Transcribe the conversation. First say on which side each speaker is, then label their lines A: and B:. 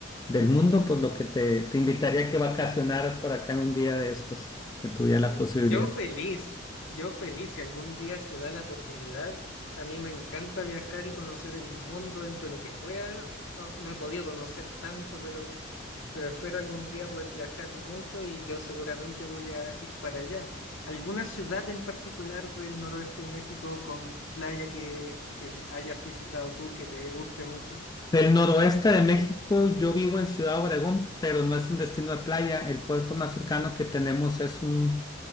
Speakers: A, on the left (about 20°); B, on the left (about 80°).
A: del mundo, por lo que te, te invitaría a que vacacionaras por acá en un día de estos, que tuviera la posibilidad.
B: Yo feliz, yo feliz, si algún día se da la posibilidad. A mí me encanta viajar y conocer el mundo dentro de lo que pueda. No, no he podido conocer tanto, pero pero espero algún día poder viajar mucho y yo seguramente voy a ir para allá. ¿Alguna ciudad en particular del noroeste de México con playa que, que se- hayas visitado tú que te guste mucho?
A: Del noroeste de México, yo vivo en Ciudad Obregón, pero no es un destino de playa. El puerto más cercano que tenemos es un,